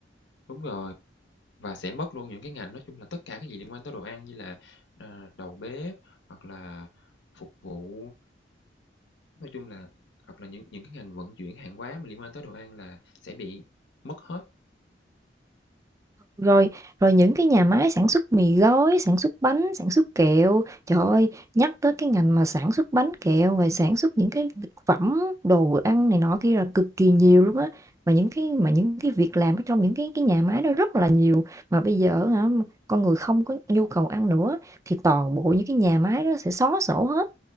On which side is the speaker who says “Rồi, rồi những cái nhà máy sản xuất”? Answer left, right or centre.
Right